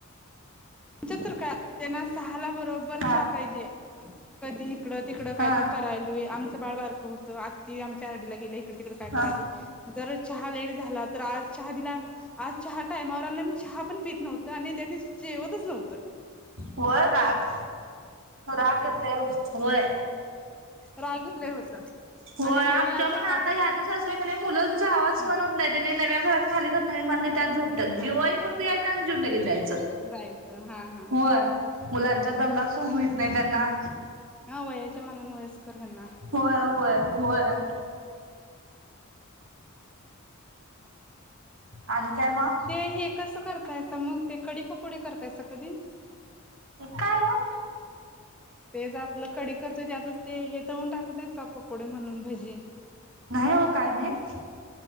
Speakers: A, in the centre; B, on the right.
A: आमच्या तर काय तेन्हा सहाला. बरोबर
B: हा
A: चा पाहिजे. ह. कधी इकडं तिकडं काय
B: हा
A: तर करायलय आम. बाळ बारक होत आ. चारडीला गेल्या इकडे तिकडे काय
B: हा
A: करायल जर चहा लेट झाला तर आज. चहा दिला आज. चहा टाईमा वर आला मी चहा पण पी नव्हता. तर आणि दिवशी जेव च नव्हतं.
B: होय राग राग ते होय
A: रागीट लय होत
B: होय
A: आणि
B: आमच्या
A: त्यांनी असं
B: पण आता
A: का
B: यादच असर क नाही मुलंच. मुलंचा आवाज
A: हं
B: सन होत नाही त्यानी नव्या घरात. खाली कर नाही बांध त्यात झोप.
A: हा
B: जिवाला पुरत यायचा. आणि लगेच जिऊन जायचं.
A: जायचं. हा हा.
B: होय. मुलांचा दंगा सहण होईत नाही त्यांना.
A: हा वय. मनान वयस्कर आहे ना.
B: होय होय होय. आणि. काय मग
A: ते हे कसं करतायच मग. ते कडी पकोडे कर. त्यास कधी.
B: काय ओ
A: तेच आपलं कडी करतोय त्यातच ते हे तर होून टाकत नाहीत का. पकोडे म्हणून भजी
B: नाही हो काय माहीत.